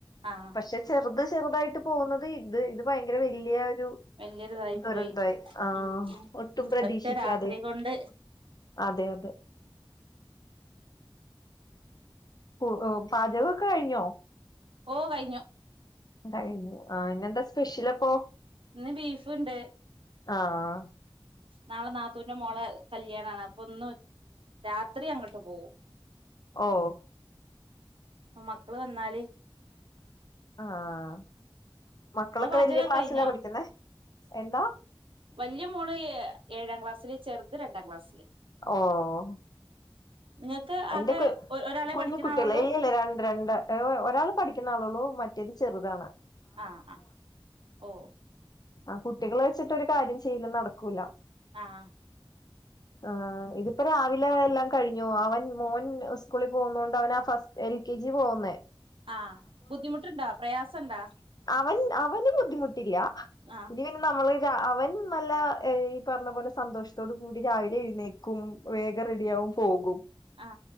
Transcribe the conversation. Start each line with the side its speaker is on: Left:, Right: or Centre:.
Right: ആഹ്
Left: പക്ഷേ ചെറുത് ചെറുതായിട്ട് പോകുന്നത്. ഇത്, ഇത് ഭയങ്കര വലിയ ഒരു
Right: വലിയൊരിതായി
Left: ദുരന്തായി.
Right: പോയി
Left: ആ
Right: ഉം
Left: ഒട്ടും പ്രതീക്ഷിക്കാതെ
Right: ഒറ്റ രാത്രി കൊണ്ട്
Left: അതെ അതെ ഓഹ് ഓഹ് പാചകമൊക്കെ കഴിഞ്ഞോ
Right: ഓഹ് കഴിഞ്ഞു
Left: കഴിഞ്ഞു. ആ ഇന്നെന്താ സ്പെഷ്യൽ അപ്പൊ.
Right: ഇന്ന് ബീഫ്ണ്ട്
Left: ആഹ്
Right: നാളെ നാത്തൂന്റെ മോളെ കല്യാണമാണ്. അപ്പൊ ഇന്ന് രാത്രി അങ്ങോട്ട് പോവും
Left: ഓഹ്
Right: മക്കള് വന്നാല്
Left: ആഹ് മക്കളൊക്കെ
Right: നിങ്ങളെ പാചകൊക്കെ
Left: വെല്യ ക്ലാസ്സിലാ
Right: കഴിഞ്ഞോ
Left: പഠിക്കുന്നെ എന്താ.
Right: വല്ല്യ മോള് ഏഴാം ക്ലാസ്സില് ചെർത് രണ്ടാം ക്ലാസ്സില്.
Left: ഓ ഹ്
Right: നിങ്ങൾക്ക്
Left: എന്റെ
Right: ആകെ
Left: ക്
Right: ഒരാളെ
Left: കുഞ്കുട്ടികളാ
Right: പഠിക്കുന്ന ആളുള്ളൂ
Left: ഇല്ലല്ല രണ്ട് രണ്ടാ ഓ ഒരാള് പഠിക്ക്‌ണ ആളൊള്ളൂ മറ്റേത് ചെറ്താണ്.
Right: അ ആ ഓ
Left: അ കുട്ടികളെ വെച്ചിട്ട് ഒരു കാര്യം ചെയ്യല് നടക്കൂല.
Right: ആഹ്
Left: <inaudible> ആ ഇതിപ്പരാവിലെ എല്ലാം കഴിഞ്ഞു അവൻ മോൻ സ്കൂളിൽ പോകുന്നോണ്ട് അവൻ ആ ഫസ്റ്റ്- എൽ കെ ജി പോവുന്നേ.
Right: ആ ബുദ്ധിമുട്ട്ണ്ടാ പ്രയാസ്ണ്ടാ?
Left: അവൻ അവന് ബുദ്ധിമുട്ടില്ല
Right: ആ
Left: പിനെ ന്നമ്മ്ള് രാ അവൻ നല്ല ഈ പറഞ്ഞ പോലെ സന്തോശ്ത്തോടുകൂടി രാവിലെ എഴ്‌ന്നേൽ- ക്കും വേഗം റെഡിയാവും പോകും.
Right: ആ